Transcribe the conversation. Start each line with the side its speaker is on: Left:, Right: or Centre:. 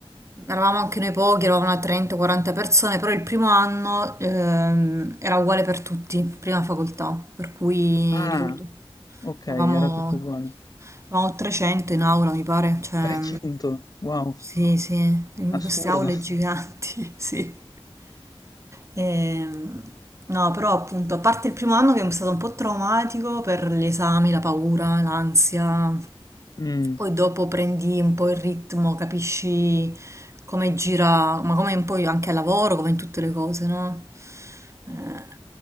Right: Eravamo anche noi pochi, eravamo una 30-40 persone, però il primo anno ehm, era uguale per tutti, prima facoltà, per cui
Left: Ah,
Right: ricordo,
Left: ok,
Right: eravamo,
Left: era tutto uguale.
Right: eravamo 300 in aula, mi pare, cioè,
Left: 300, wow,
Right: sì, sì, in
Left: assurdo.
Right: queste aule giganti, <laughs> sì. Ehm, no, però appunto, a parte il primo anno che è stato un po' traumatico per gli esami, la paura, l'ansia,
Left: Mm.
Right: poi dopo prendi un po' il ritmo, capisci come gira, ma come poi anche al lavoro, come in tutte le cose, no? Eh,